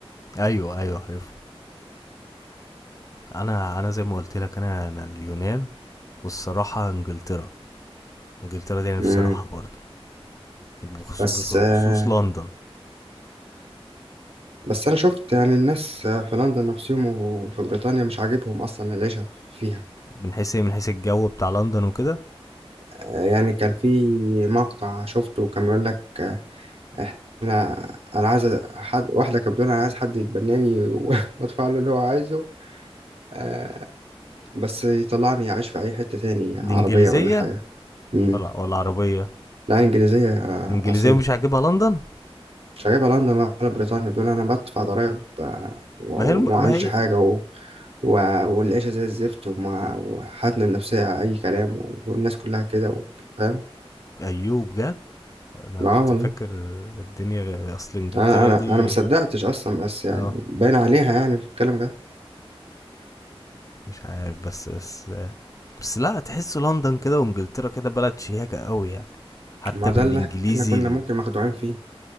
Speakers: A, on the left (about 35°); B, on the right (about 70°).
A: ايوه ايوه عارفه انا انا زي ما قلت لك انا انا اليونان والصراحة انجلترا انجلترا دي انا نفسي
B: امم
A: اروحها برضو وبخصوص-
B: بس
A: بالخصوص
B: آه
A: لندن
B: بس انا شفت يعني الناس آه، في لندن نفسهم وفي بريطانيا مش عاجبهم اصلا العيشه فيها
A: من حيث ايه من حيث الجو بتاع لندن وكده
B: آه يعني كان في مقطع شفته كان بيقول لك آه، انا انا عايز حد واحده كانت بتقول انا عايز حد يتبناني و- <laughs> وادفع له اللي هو عايزه آه بس يطلعني اعيش في اي حته تاني عربيه
A: دي انجليزيه
B: ولا حاجه مم.
A: ولا ولا عربيه
B: لا انجليزيه آه،
A: انجليزيه
B: اصيله
A: ومش عاجبها لندن
B: مش عاجبها لندن ولا بريطانيا بتقول انا بدفع ضرايب آه، و-
A: ما هي الم...
B: وما
A: ما
B: عملش
A: هي
B: حاجه و... و... والعيشه زي الزفت وما... وحالتنا النفسيه اي كلام والناس كلها كده و... فاهم
A: ايوه بجد انا
B: اه
A: كنت
B: والله
A: فاكر الدنيا غ- اصل انجلترا
B: انا انا
A: دي
B: انا ما صدقتش اصلا بس يعني
A: اه
B: باين عليها يعني في الكلام ده
A: مش عارف بس بس بس لا تحس لندن كده وانجلترا كده بلد شياكه قوي يعني حتى
B: ما
A: بالانجليزي
B: ده اللي احنا كنا
A: ال-
B: ممكن مخدوعين فيه